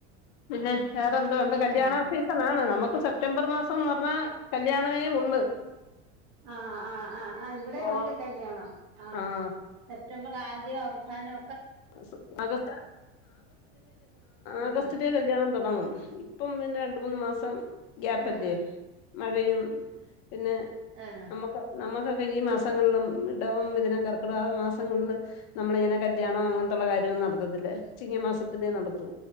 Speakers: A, on the left; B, on the right.
A: പിന്നെ വേറെന്തോണ്ട്
B: ഉം
A: കല്യാണൊ സി സനാണ് നമ്മക്ക് സെപ്റ്റംബർ മാസം ന്ന് ർഞ്ഞാ കല്യാണമേ ഉള്ള്
B: അഹ ആഹ ആഹ ഇവിടെ
A: ഓ
B: ഉണ്ട് കല്യാണം ആഹ
A: ആ
B: സെപ്റ്റംബർ ആദ്യം അവസാനൊ
A: സ് ആഗസ് ആഗസ്റ്റിലേ
B: ആഹ്
A: കല്ല്യാണം തുടങ്ങും ഇപ്പം പിന്നെ രണ്ട് മൂന്ന് മാസം ഗ്യാപ്പല്ലേ
B: ആഹ്
A: മഴയും പിന്നെ
B: ഏഹ്
A: നമ്മക്ക് നമുക്കൊക്കെ ഈ മാസങ്ങളില് ഇടവും മിഥുനം കർക്കിടക മാസങ്ങള്ല് നമ്മളിങ്ങനെ കല്യാണം അങ്ങനത്ത്ള്ള കാര്യോന്നും നടത്തത്തില്ല ചിങ്ങമാസത്തിലേ നടത്തൂ